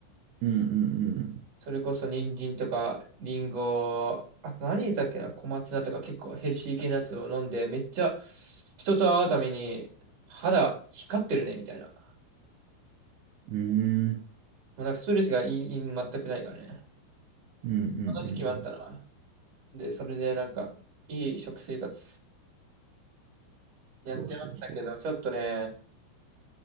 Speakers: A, on the right (about 80°); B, on the right (about 35°).
A: うんうん
B: それこそ人参とか、リンゴ、あと何入れたっけな、小松菜とか結構ヘルシー系のやつを飲んで、めっちゃ人と会うために肌光ってるねみたいな。
A: うん。うーん。
B: もうなんかストレスがいい、いい全くないからね。
A: うんうんうんう
B: この時期もあったな。
A: ん。
B: で、それでなんか、いい食生活やってましたけど、
A: そうそうそう。
B: ちょっとね、